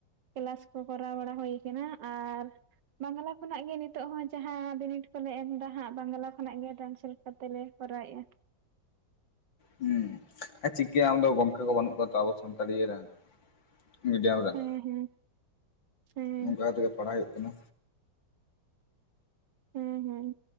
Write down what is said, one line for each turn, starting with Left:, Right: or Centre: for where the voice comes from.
Right: ᱠᱮᱞᱟᱥ ᱠᱚ ᱠᱚᱨᱟᱣ ᱵᱟᱲᱟ ᱦᱩᱭ ᱠᱟᱱᱟ ᱟᱨ ᱵᱟᱝᱞᱟ ᱠᱷᱚᱱᱟᱜ ᱜᱮ ᱱᱤᱛᱚᱜ ᱦᱚᱸ ᱡᱟᱦᱟᱸ ᱵᱤᱱᱤᱰ ᱠᱚᱞᱮ ᱮᱢ ᱮᱫᱟ ᱦᱟᱸᱜ ᱵᱟᱝᱞᱟ ᱠᱷᱚᱱᱟᱜ ᱜᱮ ᱴᱨᱟᱱᱥᱞᱮᱴ ᱠᱟᱛᱮ ᱞᱮ ᱠᱚᱨᱟᱣᱮᱫᱼᱟ
Left: ᱦᱩᱸ ᱪᱤᱠᱟᱹᱭᱟᱢ ᱫᱚ ᱜᱚᱝᱠᱮ ᱠᱚ ᱵᱟᱹᱱᱩᱜ ᱠᱟᱣᱟ ᱛᱟᱵᱚᱱ ᱥᱟᱱᱛᱟᱲᱤ ᱨᱮᱱ ᱢᱤᱰᱤᱭᱟᱢ ᱨᱮᱱ
Right: ᱮ ᱦᱮᱸ ᱦᱮᱸ
Left: ᱱᱚᱝᱠᱟ ᱛᱮᱜᱮ ᱯᱟᱲᱦᱟᱜ ᱦᱩᱭᱩᱜ ᱠᱟᱱᱟ
Right: ᱦᱮᱸ ᱦᱮᱸ